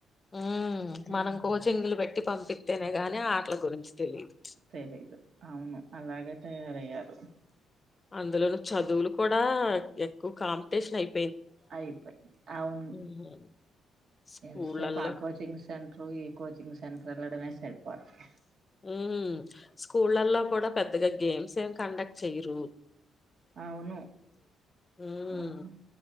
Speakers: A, on the left; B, on the right.
A: హ్మ్మ్
B: హ్మ్
A: మనం కోచింగ్లు పెట్ ట్టి పంపిస్తేనే గాని ఆటల గురించి తెలీదు
B: తెలిదు అవును అలాగే తయారయ్యారు.
A: అందులోనే చదువులు కూ కూడా ఎక్కువ కాంపిటీషన్ అయి.
B: అయిపోయ్ అవును
A: ఉమ్ స్కూళ్ళల్లో
B: ఎంతసేపు ఆ కోచింగ్ సె టర్ కోచింగ్ సెంటర్ ఎళ్ళడమే సరిపోద్ది.
A: హ్మ్ స్కూళ్ళలో కూడా పెద్దగా గేమ్ సేమ్ కండక్ట్ చేయరు.
B: అవును
A: ఉమ్
B: హ్మ్